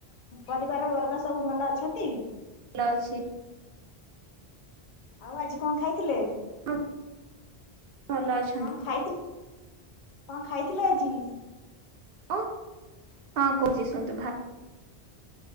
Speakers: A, on the left (about 55°); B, on the right (about 65°).
A: ପରିବାର ବର୍ଗ ସବୁ ଭଲ ଅଛନ୍ତି?
B: ଲ ଅଛି।
A: ଆଉ ଆଜି କଣ ଖାଇଥିଲେ?
B: ହଁ ଭଲ ଅଛନ୍ତି
A: କଣ ଖାଇଥିଲ କଣ ଖାଇଥିଲେ ଆଜି?
B: ହ ହଁ କହୁଛି ଶୁଣନ୍ତୁ ଭା